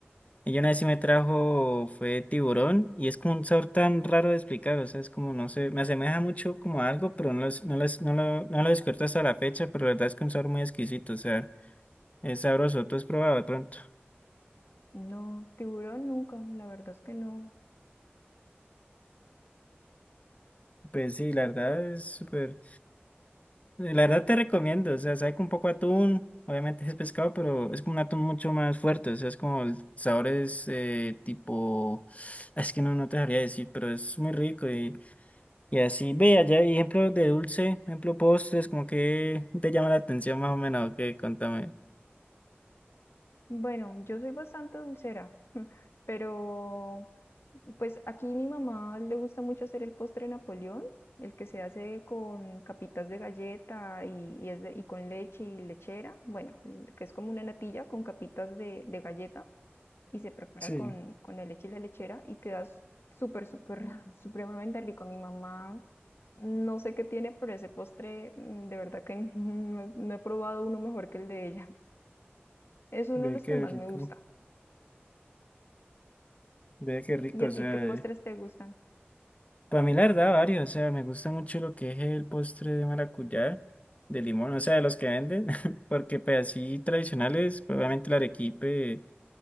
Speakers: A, on the left; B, on the left.
A: ella una vez sí me trajo, fue tiburón, y es como un sabor tan raro de explicar, o sea, es como, no sé, me asemeja mucho como a algo, pero no, lo es- no, lo es- no, lo, no lo descubierto hasta la fecha, pero la verdad es que un sabor muy exquisito, o sea, es sabroso, tú has probado de pronto.
B: No, tiburón nunca, la verdad es que no.
A: Pues sí, la verdad es súper. Eh, La verdad te recomiendo, o sea, sabe con un poco de atún, obviamente es pescado, pero es como un atún mucho más fuerte, o sea, es como el sabor es eh, tipo, es que no, no te sabría decir, pero es muy rico y, y así, ve, allá hay ejemplos de dulce, ejemplo postres, como que te llama la atención más o menos, que contame.
B: Bueno, yo soy bastante dulcera, <laughs> pero pues aquí mi mamá le gusta mucho hacer el postre Napoleón, el que se hace con capitas de galleta y, y es de- y con leche y lechera, bueno, el que es como una natilla con capitas de, de galleta y se prepara
A: Sí,
B: con, con la leche y la lechera y queda s- súper, súper, <laughs> supremamente rico. Mi mamá no sé qué tiene, pero ese postre mm, de verdad que <laughs> no no he probado uno mejor que el de ella. Es uno
A: ve
B: de los
A: qué
B: que más
A: rico,
B: me gusta.
A: ve qué rico,
B: ¿Y
A: o
B: a
A: sea.
B: ti qué postres te gustan?
A: Para mí, la verdad, varios. O sea, me gusta mucho lo que es el postre de maracuyá, de limón, o sea, de los que venden, <laughs> porque pues así tradicionales, pues, obviamente el arequipe,